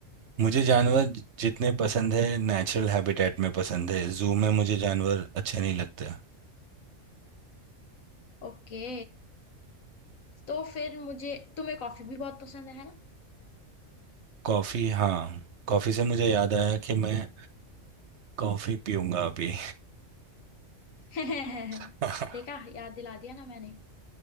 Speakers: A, on the right; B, on the left.
A: मुझे जानवर जितने पसंद है नेचुरल हैबिटेट में पसंद है जू में मुझे जानवर अच्छे नहीं लगते
B: ओके तो फिर मुझे तुम्हें कॉफी भी बहुत पसंद है ना
A: कॉफ़ी हाँ कॉफ़ी से मुझे याद आया कि मैं कॉफ़ी पीऊंगा अभी
B: <laughs>
A: <laughs>
B: देखा याद दिला दिया ना मैंने